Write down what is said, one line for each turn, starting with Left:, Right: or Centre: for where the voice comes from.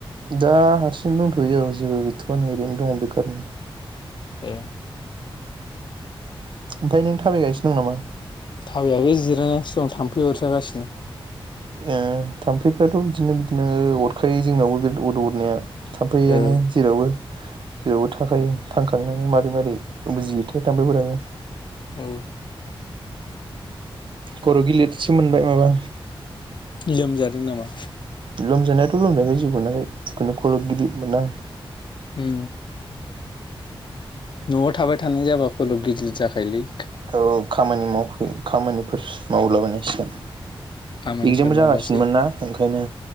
Right: दा हारसिं दंथ'यो जेबो गैथ'वआनो ओरैनो दङ बेखारनो।
Left: ए।
Right: ओमफ्राय नों थाबायगासिनो दं नामा?
Left: थाबाययाखै जिरायनासो दं थाम फै अरजागासिनो।
Right: ए थाम्फैफ्राथ' बिदिनो बिदिनो ओ अरखायो जोंनावबो बे अद अरनाया। थामफैआनो
Left: ओ
Right: जेरावबो जेरावबो थाखायो थांखांनानै मारै मारोरै बुजियोथो थामफैफोरानो।
Left: औ।
Right: खर' गिलिदसो मोनबाय माबा।
Left: लोमजादों नामा?
Right: लोमजानाया थ' लोमजायाखै। जेबो मोनाखै जिखुनु खर' गिदिद मोनदां।
Left: उम न'आव थाबाय थानाय जाबा खल' गिदिर जाखा फायलि।
Right: औ खामानि मावफै खामानिफोर मावलाबायनांसिगोन
Left: खामानिफोर
Right: एगजामबो
Left: मावबासो
Right: जागासिनोमोनना ओंखायनो